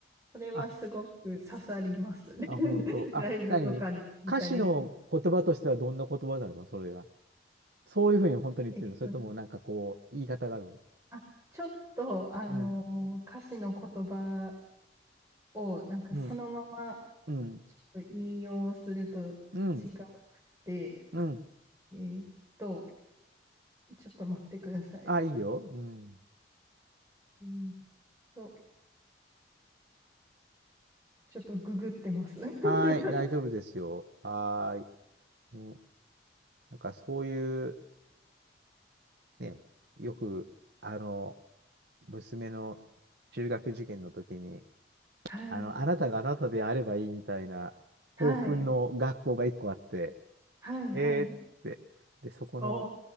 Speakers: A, on the right (about 15°); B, on the right (about 65°).
A: それはすごく刺さりますね。
B: あ、あ、
A: <laughs>
B: 本当。あ、
A: ライブとかで見たりする。
B: 何歌詞の言葉としてはどんな言葉なのそれが。そういうふうに本当に言ってるのそれともなんかこう、
A: えっと、
B: 言い方があるの
A: あ、ちょっと、あの、
B: うん、
A: 歌詞の言葉を、なんかそのまま、
B: うん、うん、
A: ちょっと引用すると違く
B: うん、
A: て、
B: うん。
A: えーっと、ちょっと待ってくださいね。
B: あ、いいよ。うん。
A: うーんと、ちょっとググってます。<laughs>
B: はーい、大丈夫ですよ。はーい。ね、なんかそういう、ね、よく、あの、娘の中学受験の時に、
A: はい、
B: あの、あなたがあなたであればいいみたいな、校訓の学校が一個あって、
A: はい、はい、
B: えーっつって、
A: はい。
B: で、そこの
A: お